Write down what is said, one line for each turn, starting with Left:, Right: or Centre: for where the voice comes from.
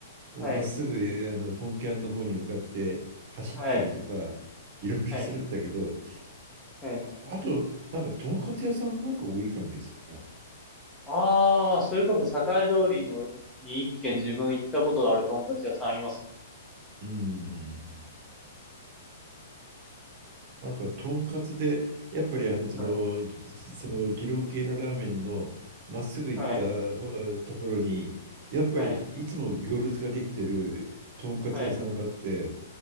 Right: をまっすぐあの本キャンの方に向かって走ったりとか、
Centre: はい。はい。はい。
Right: いろいろするんだけど、
Centre: はい。はい。
Right: ああと、なんか、とんかつ屋さんもなんか多い感じがするな。
Centre: ああ、それこそ栄通りのに一軒自分行ったことあるとんかつ屋さんあります。
Right: うん。なんか、とんかつで、やっぱりあの、その、
Centre: うん。
Right: その、二郎系のラーメンのまっすぐ行ったほところに、
Centre: はい。
Right: やっぱりいつも行列ができてるとんかつ屋さんがあって、
Centre: はい。はい。